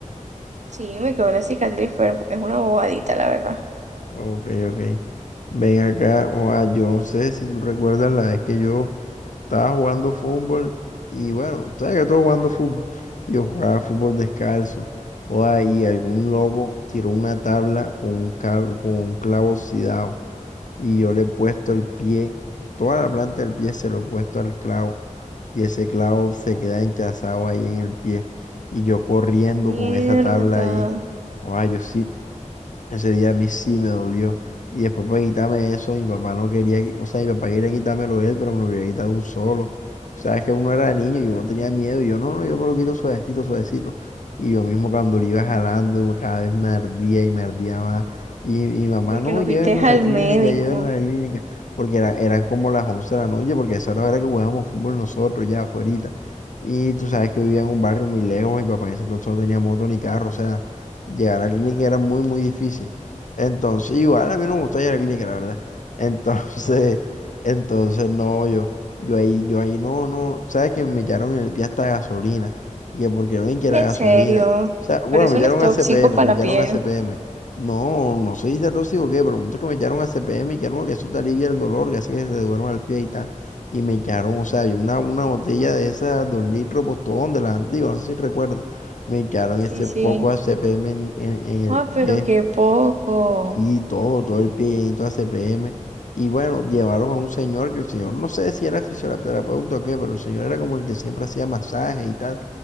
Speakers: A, on the right (about 60°); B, on the left (about 70°).
A: Sí, me quedó la cicatriz, pero es una bobadita, la verdad.
B: Ok, ok. Ven acá, o ah, yo no sé si tú recuerdas la vez que yo estaba jugando fútbol y bueno, tú sabes que estoy jugando fútbol. Yo jugaba fútbol descalzo. O ah, y algún loco tiró una tabla con un cabo- con un clavo oxidado y yo le he puesto el pie, toda la planta del pie se lo he puesto al clavo y ese clavo se queda hinchazado ahí en el pie y yo corriendo
A: Mierda,
B: con esa tabla ahí. O ah, yo sí, ese día a mí sí me dolió. Y después para quitarme eso, mi papá no quería, qui- o sea, mi papá quería quitármelo él, pero me lo quería quitar de un solo. Sabes que uno era niño y uno tenía miedo y yo, no, no, yo me lo quito suavecito, suavecito. Y yo mismo cuando lo iba jalando, cada vez me ardía y me ardía más. Y mi mamá,
A: porque
B: no,
A: no
B: llévenlo
A: fuiste
B: a
A: al
B: la clínica,
A: médico.
B: llévenlo a la clínica. Porque eran, eran como las 11 de la noche, porque esa era la hora que jugábamos fútbol nosotros ya afuera. Y tú sabes que vivía en un barrio muy lejos, mi papá en ese entonces no tenía moto ni carro, o sea. Llegar a la clínica era muy, muy difícil. Entonces, igual a mí no me gusta llegar a la clínica, la verdad. Entonces, <laughs> entonces no, yo, yo ahí, yo ahí no, no, sabes que me echaron en el pie hasta gasolina. Y que porque no, y que
A: Es
B: la gasolina.
A: en serio,
B: O sea, bueno,
A: pero eso
B: me echaron
A: no es tóxico
B: a CPM,
A: para
B: me echaron
A: la piel.
B: a CPM. No, no sé si sea tóxico o qué, pero el punto es que me echaron a CPM y que no, que eso te alivia el dolor, que hace que se te duerma el pie y tal. Y me echaron, o sea, había una, una botella de esas dos litros postón de las antiguas, no sé si recuerdas. Me quedaron
A: Sí,
B: ese
A: sí.
B: poco ACPM en, en, en el
A: Ah,
B: pie.
A: pero qué poco.
B: Sí, todo, todo el pie llenito de ACPM. Y bueno, llevaron a un señor que el señor, no sé si era fisioterapeuta o qué, pero el señor era como el que siempre hacía masajes y tal.